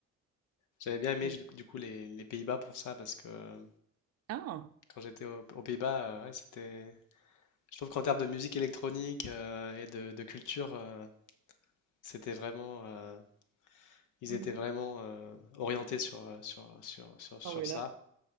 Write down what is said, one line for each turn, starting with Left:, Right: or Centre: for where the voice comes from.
Left: J'avais bien aimé
Right: Donc
Left: du coup, du coup, les, les Pays-Bas pour ça parce que euh,
Right: ah
Left: quand j'étais au- aux Pays-Bas euh, ouais, c'était je trouve qu'en termes de musique électronique euh, et de, de culture euh, c'était vraiment euh, ils
Right: mhm.
Left: étaient vraiment euh, orientés sur, euh, sur, sur, sur, sur
Right: ah oui
Left: ça
Right: là